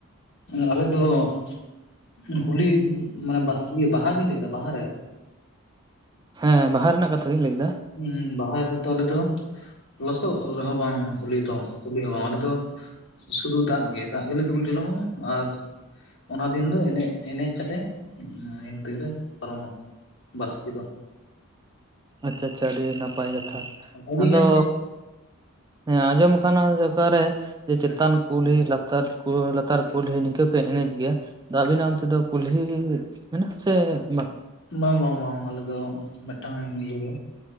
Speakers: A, on the left (about 60°); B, on the right (about 20°).
A: ᱦᱩᱸ ᱟᱞᱮᱫ ᱫᱚ <inaudible> ᱦᱩᱞᱤ ᱢᱟᱱᱮ ᱵᱟᱥᱠᱤ ᱵᱟᱦᱟ ᱵᱤᱱ ᱞᱟᱹᱭ ᱫᱟ ᱵᱟᱦᱟ ᱨᱮ
B: ᱦᱮᱸ ᱵᱟᱦᱟ ᱨᱮᱱᱟᱜ ᱠᱟᱛᱷᱟ ᱜᱤᱧ ᱞᱟᱹᱭ ᱫᱟ᱾
A: <inaudible> ᱵᱟᱦᱟ ᱨᱮᱫᱚ ᱟᱞᱮ ᱫᱚ ᱞᱚᱥᱚᱜ ᱨᱮᱦᱚᱸ ᱵᱟᱝ ᱦᱩᱞᱤ ᱫᱚ ᱦᱩᱞᱤ ᱦᱚᱸ ᱵᱟᱝ ᱟᱞᱮ ᱫᱚ ᱥᱩᱫᱷᱩ ᱫᱟᱜ ᱜᱮ ᱫᱟᱜ ᱜᱮᱞᱮ ᱫᱩᱞ ᱡᱚᱱᱚᱜ-ᱟ ᱟᱨ ᱚᱱᱟ ᱫᱤᱱ ᱫᱚ ᱮᱱᱮᱡ ᱮᱱᱮᱡ ᱪᱟᱞᱮ <inaudible> ᱤᱱ ᱛᱮ ᱜᱮᱞᱮ ᱯᱟᱨᱚᱢᱟ ᱵᱟᱥᱠᱮ ᱫᱚ
B: ᱟᱪᱪᱷᱟ ᱟᱪᱪᱷᱟ ᱟᱹᱰᱤ ᱱᱟᱯᱟᱭ ᱠᱟᱛᱷᱟ
A: ᱟᱹᱰᱤ
B: ᱟᱫᱚ
A: ᱜᱟᱱ <inaudible> ᱦᱩᱸ
B: ᱦᱮᱸ ᱟᱸᱡᱚᱢ ᱠᱟᱱᱟ ᱚᱠᱟᱨᱮ ᱡᱮ ᱪᱮᱛᱟᱱ
A: ᱦᱮᱸ
B: ᱠᱩᱞᱦᱤ ᱞᱟᱛᱟᱨ ᱠᱩ ᱞᱟᱛᱟᱨ ᱠᱩᱞᱦᱤ ᱱᱤᱝᱠᱟᱹ ᱠᱚ ᱮᱱᱮᱡ ᱜᱮᱭᱟ ᱫᱟ ᱟᱹᱵᱤᱱᱟᱜ ᱚᱱᱛᱮ ᱫᱚ ᱠᱩᱞᱦᱤ ᱢᱮᱱᱟᱜ-ᱟ ᱥᱮ ᱵᱟᱝ
A: ᱵᱟᱝ ᱵᱟᱝ ᱵᱟᱝ ᱟᱞᱮ ᱫᱚ ᱢᱮᱫᱴᱟᱝ ᱤᱭᱟᱹ ᱜᱮ᱾